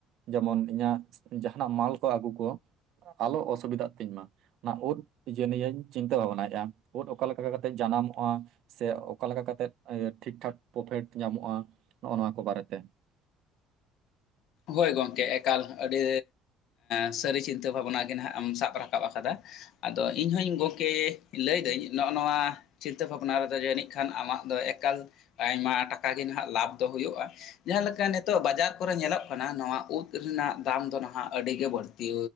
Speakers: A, on the right; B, on the left.
A: ᱡᱮᱢᱚᱱ ᱤᱧᱟᱹᱜ ᱡᱟᱦᱱᱟᱜ ᱢᱟᱞ ᱠᱚ ᱟᱹᱜᱩ ᱠᱚ᱾ ᱟᱞᱚ ᱚᱥᱩᱵᱤᱫᱷᱟᱜ ᱛᱤᱧ ᱢᱟ᱾ ᱚᱱᱟ ᱩᱫ ᱱᱤᱭᱟᱹᱧ ᱪᱤᱱᱛᱟᱹ ᱵᱷᱟᱵᱱᱟᱭᱮᱫᱼᱟ ᱩᱫ ᱚᱠᱟ ᱞᱮᱠᱟ ᱠᱟᱛᱮᱫ ᱡᱟᱱᱟᱢᱚᱜᱼᱟ᱾ ᱥᱮ ᱚᱠᱟᱞᱮᱠᱟ ᱠᱟᱛᱮᱜ ᱴᱷᱤᱠᱴᱷᱟᱠ ᱯᱨᱚᱯᱷᱤᱴ ᱧᱟᱢᱚᱜᱼᱟ ᱱᱚᱜᱼᱚ ᱱᱚᱣᱟ ᱠᱚ ᱵᱟᱨᱮᱛᱮ᱾
B: ᱦᱳᱭ ᱜᱚᱢᱠᱮ ᱮᱠᱟᱞ ᱟᱹᱰᱤ᱾ ᱥᱟᱹᱨᱤ ᱪᱤᱱᱛᱟᱹ ᱵᱷᱟᱵᱱᱟ ᱜᱮ ᱦᱟᱜ ᱮᱢ ᱥᱟᱵ ᱨᱟᱠᱟᱵ ᱟᱠᱟᱫᱟ᱾ ᱟᱫᱚ ᱤᱧᱦᱚᱸᱧ ᱜᱚᱢᱠᱮ ᱞᱟᱹᱭᱫᱟᱹᱧ ᱱᱚᱜᱼᱚ ᱱᱚᱣᱟ᱾ ᱪᱤᱱᱛᱟᱹ ᱵᱷᱟᱵᱽᱱᱟ ᱨᱮᱫᱚ ᱡᱟᱹᱱᱤᱡ ᱠᱷᱟᱱ ᱟᱢᱟᱜ ᱫᱚ ᱮᱠᱟᱞ ᱟᱭᱢᱟ ᱴᱟᱠᱟ ᱜᱮ ᱦᱟᱜ ᱞᱟᱵᱷ ᱫᱚ ᱦᱩᱭᱩᱜᱼᱟ᱾ ᱡᱟᱦᱟᱸ ᱞᱮᱠᱟ ᱱᱤᱛᱚᱜ ᱵᱟᱡᱟᱨ ᱠᱚᱨᱮ ᱧᱮᱞᱚᱜ᱾ ᱚᱱᱟ ᱱᱚᱣᱟ ᱩᱫ ᱨᱮᱱᱟᱜ ᱫᱟᱢ ᱫᱚ ᱱᱟᱦᱟᱜ ᱟᱹᱰᱤᱜ ᱜᱮ ᱵᱟᱹᱲᱛᱤ